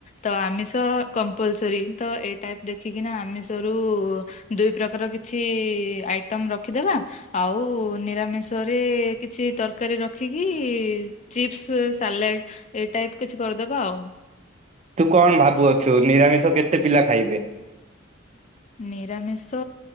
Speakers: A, on the left; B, on the right.
A: ତ ଆମିଷ କମ୍ପଲସରୀ ତ ଏ ଟାଇପ୍ ଦେଖିକିନା ଆମିଷ ‌ରୁ ଦୁଇ ପ୍ରକାର କିଛି ଆଇଟମ୍ ରଖିଦବା। ଆଉ ନିରାମିଷରେ କିଛି ତରକାରୀ ରଖିକି ଚିପ୍ସ୍ ସାଲାଡ୍ ଏଇ ଟାଇପ୍ କିଛି କରିଦବା ଆଉ।
B: ତୁ କଣ ଭାବୁଅଛୁ ନିରାମିଷ କେତେ ପିଲା ଖାଇବେ।
A: ନିରାମିଷ